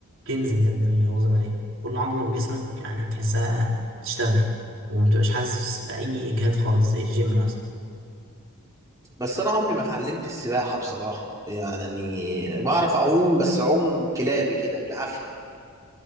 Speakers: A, on the right; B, on the right.
A: كنز بجد اللي يواظب عليها كل عضلة في جسمك يعني بتحسها تشتغل وما بتبقاش حاسس بأي إجهاد خالص زي الجيم مثلا
B: بس انا عمري ما اتعلمت السباحة بصراحة يعني بعرف اعوم بس اعوم كلابي كده بالعافية